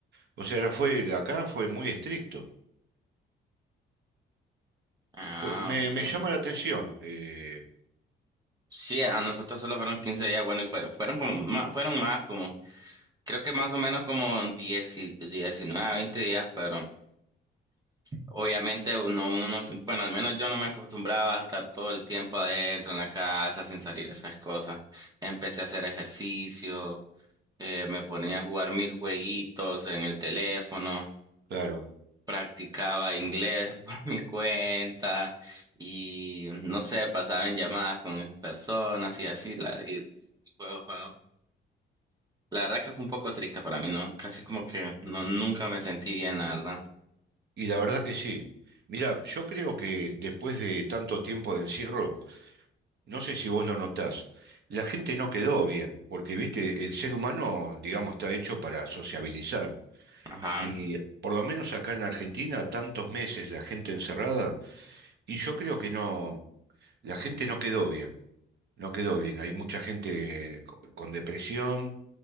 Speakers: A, on the right; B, on the right.
A: O sea, era- fue, acá fue muy estricto.
B: Ah,
A: Pu- Me,
B: ok.
A: me llama la atención, eh,
B: Sí, a nosotros solo fueron 15 días, bueno, y fue- fueron como, ma- fueron más, como, creo que más o menos como diez y- 19, 20 días, pero... Obviamente uno, uno no, se- bueno, al menos yo no me acostumbraba a estar todo el tiempo adentro en la casa sin salir esas cosas. Empecé a hacer ejercicio, eh, me ponía a jugar mil jueguitos en el teléfono,
A: claro,
B: practicaba inglés <laughs> por mi cuenta y no sé, pasaba en llamadas con personas y así, la, y juego, juego. La verdad que fue un poco triste para mí, ¿no? Casi como que no, nunca me sentí bien, la verdad.
A: y la verdad que sí. Mira, yo creo que después de tanto tiempo de encierro, no sé si vos lo notás, la gente no quedó bien, porque viste, el ser humano, digamos, está hecho para sociabilizar.
B: Ajá,
A: Y por lo menos acá en Argentina, tantos meses la gente encerrada, y yo creo que no, la gente no quedó bien, no quedó bien. Hay mucha gente eh, co- con depresión